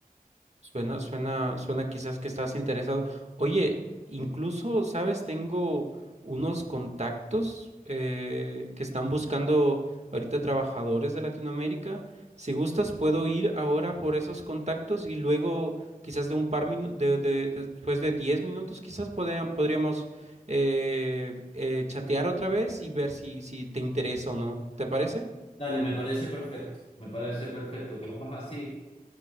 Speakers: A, on the right (about 45°); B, on the left (about 45°).
A: Suena, suena, suena quizás que estás interesado. Oye, incluso, ¿sabes? Tengo unos contactos eh, que están buscando ahorita trabajadores de Latinoamérica. Si gustas, puedo ir ahora por esos contactos y luego quizás de un par minu- de, de- de- después de 10 minutos, quizás podría- podríamos eh, eh, chatear otra vez y ver si, si te interesa o no. ¿Te parece?
B: Dale, me parece perfecto, me parece perfecto. Quedamos así.